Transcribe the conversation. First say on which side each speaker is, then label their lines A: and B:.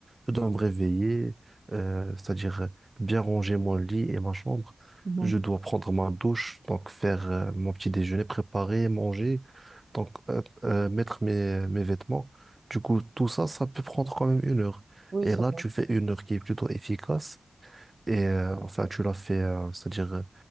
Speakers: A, on the right (about 30°); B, on the right (about 55°).
A: Je dois me réveiller, euh, c'est-à-dire euh, bien ranger mon lit et ma chambre.
B: Mhm.
A: Je dois prendre ma douche, donc faire euh, mon petit déjeuner, préparer, manger, donc euh, euh, mettre mes, mes vêtements. Du coup, tout ça, ça peut prendre quand même une heure.
B: Oui,
A: Et
B: ça
A: là,
B: va.
A: tu fais une heure qui est plutôt efficace. Et euh, enfin, tu l'as fait, euh, c'est-à-dire. euh,